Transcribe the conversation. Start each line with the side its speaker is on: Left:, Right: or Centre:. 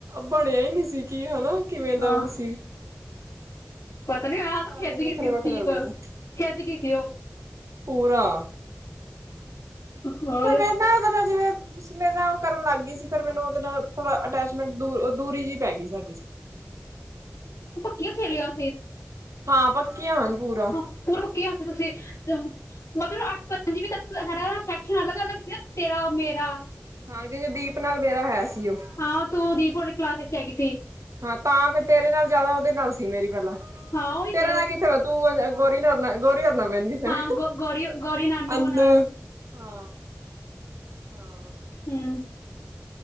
Right: ਬਣਿਆ ਹੀ ਨਹੀਂ ਸੀ ਕਿ ਹਨਾ ਕਿਵੇਂ ਦਾ
Left: ਹਾਂ
Right: ਉਹ ਸੀ
Left: ਪਤਾ ਨੀ ਹੋਇਆ
Right: ਸਾਰੇ
Left: ਖਿਜ ਗਈ
Right: ਵੱਖਰੇ
Left: ਸੀ ਦੀਪ
Right: ਵੱਖਰੇ ਹੋ ਗਏ ਨੇ
Left: ਖਿਜ ਗਈ ਸੀ ਉਹ
Right: ਪੂਰਾ
Left: ਹੋਰ
Right: ਫਿਰ ਮੇਰੇ ਨਾ ਉਹਦੇ ਨਾਲ ਜਿਵੇਂ ਮੇਰੇ ਨਾਲ ਉਹ ਕਰਨ ਲੱਗ ਗਈ ਸੀ ਫਿਰ ਮੈਨੂੰ ਉਹਦੇ ਨਾਲ ਥੋੜਾ ਅਟੈਚਮੈਂਟ ਦੂਰ ਦੂਰੀ ਜਿਹੀ ਪੈ ਗਈ ਸਾਡੇ ਚ
Left: ਕੀ ਸਹੇਲੀਆਂ
Right: ਹਾਂ ਪੱਕੀਆਂ ਹਨ ਪੂਰਾ
Left: <unintelligible> ਕਿਹਾ ਸੀ ਤੁਸੀਂ <unintelligible> ਚ ਅੱਠ ਪੰਜਵੀਂ ਤੱਕ ਸਾਡਾ ਸੈਕਸ਼ਨ ਅਲੱਗ ਅਲੱਗ ਸੀ ਨਾ ਤੇਰਾ ਮੇਰਾ
Right: ਹਾਂ ਕਿਉਂਕਿ ਦੀਪ ਨਾਲ ਮੇਰਾ ਹੈ ਸੀ ਉਹ
Left: ਹਾਂ ੳ ਤੂੰ ਦੀਪ ਹੋਰੀ ਕਲਾਸ ਚ ਹੈਗੀ ਸੀ
Right: ਹਾਂ ਤਾਂ ਫੇਰ ਤੇਰੇ ਨਾਲ ਜਿਆਦਾ ਉਹਦੇ ਨਾਲ ਸੀ ਮੇਰੀ ਪਹਿਲਾਂ,
Left: ਹਾਂ ਉਹੀ
Right: ਤੇਰੇ
Left: ਤੇ
Right: ਨਾਲ ਕਿੱਥੇ ਤੂੰ <unintelligible> ਗੋਰੀ ਨੇ <unintelligible> ਗੋਰੀ ਔਰ ਨਾਲ ਬੈਨੀ ਸੇ,
Left: ਹਾਂ ਗੋ- ਗੌਰੀ ਗੌਰੀ ਨਾਨੂ
Right: ਅਨੂੰ,
Left: ਔਰ
Right: ਹਾਂ ਹਾਂ
Left: ਹੂੰ